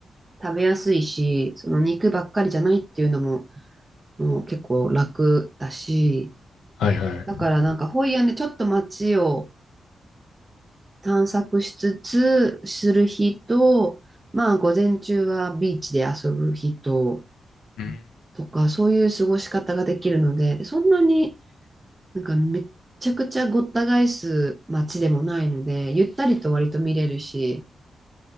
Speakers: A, on the right; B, on the left.
A: 食べやすいし、その肉ばっかりじゃないっていうのも、もう結構楽だし、
B: はいはい。
A: だからなんかホイアンでちょっと街を探索しつつする日と、まあ午前中はビーチで遊ぶ日と、
B: うん。
A: とか、そういう過ごし方ができるので、でそんなになんかめっちゃくちゃごった返す街でもないので、ゆったりと割と見れるし、